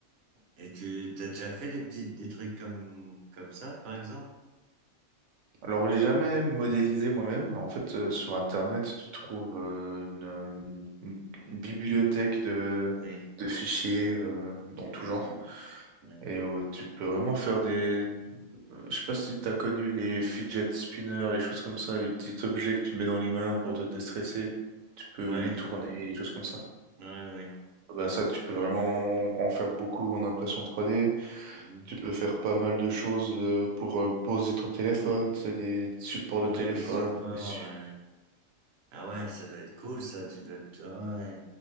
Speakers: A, on the right (about 55°); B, on the right (about 75°).
A: Et tu, t'as déjà fait des petites, des trucs comme, comme ça, par exemple?
B: Alors, j'ai jamais modélisé moi-même. En fait, euh, sur Internet, tu trouves euh, une, une- une- une bibliothèque de,
A: Oui,
B: de fichiers euh, dans
A: j'imagine.
B: tout genre.
A: Ouais.
B: Et euh, tu peux vraiment faire des... Je sais pas si tu as connu les fidget spinners, les choses comme ça, les petits objets que tu mets dans les mains pour te déstresser. Tu peux
A: Ouais.
B: les tourner, les choses comme ça.
A: Ouais, ouais.
B: Bah ça, tu peux vraiment en faire beaucoup en impression 3D.
A: Mhm.
B: Tu peux faire pas mal de choses euh, pour euh, poser ton téléphone, tu sais, des supports
A: Ouais,
B: de téléphone.
A: des supports.
B: dessus
A: ouais. Ah ouais, ça doit être cool, ça. Tu dois te... ah ouais.